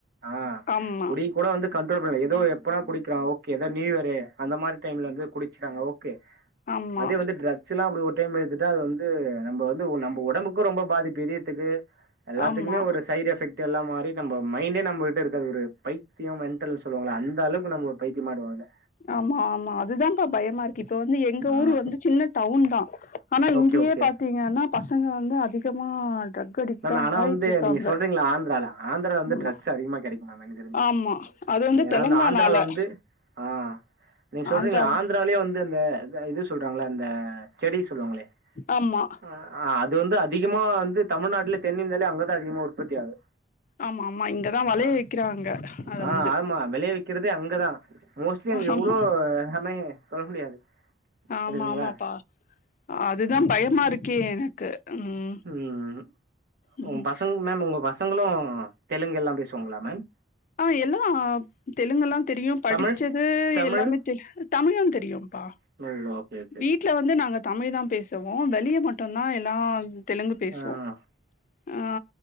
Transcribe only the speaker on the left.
ஆமா
ஆமா
ஆமா
ஆமா ஆமா அதுதாம்பா பயமாயிருக்கு இப்ப வந்து எங்க ஊரு
வந்து சின்ன டவுன் தா ஆனா இங்கயே
பாத்தீங்கன்னா பசங்க வந்து அதிகமா டிரக் அடிக்ட்
தா
ஆயிட்டிருக்காங்க
ஆமா
ஆமா அது வந்து
தெலுங்கானால
ஆந்திரால
ஆமா
ஆமா ஆமா இங்கதா வெளைய
வெக்கிறாங்க அத
வந்து
ஆமா
ஆமா
ஆமாப்பா அதுதா பயமா இருக்கே எனக்கு ம்
ம்
ஆ எல்லா தெலுங்கெல்லா தெரியு படிச்சது
எல்லாமே தெலு தமிழும் தெரியும்பா
வீட்ல
வந்து நாங்க தமிழ் தா பேசுவோ வெளிய மட்டுந்தா எல்லா தெலுங்கு பேசுவோ
ஆ